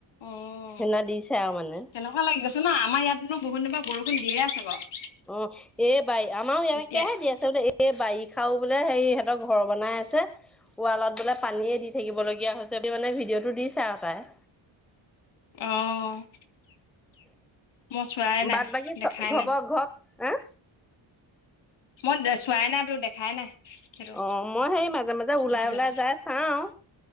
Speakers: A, on the left; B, in the centre.
A: অ',
B: সেনা দিচা আৰু মানে।
A: কেনেকুৱা লাগি গৈছে আমাৰ ইয়াতনো বহুত দিনৰ পৰা বৰষুন দিয়ে আছে বাৰু।
B: অ', এই বাৰী আমাৰো ইয়াকহে
A: এতিয়া
B: দি আছে বোলে এই বাৰীখাও বোলে হে সিহঁতৰ ঘৰৰ বনাই আছে ৱালত বোলে পানীয়ে দি থাকিবলগীয়া হৈছে বুলে, মানে ভিডিঅ'টো দিছে আৰু তাই।
A: অ', মই চোৱাই নাই
B: বাট বাকী
A: দেখাই
B: চ ঘৰ
A: নাই
B: পৰা ঘৰত আ,
A: মই চোৱাই নাই বু দেখাই নাই। সেইটো
B: অ' মই সেই মাজে মাজে ওলাই
A: ভিডিঅ'টো
B: ওলাই যাই চাওঁ।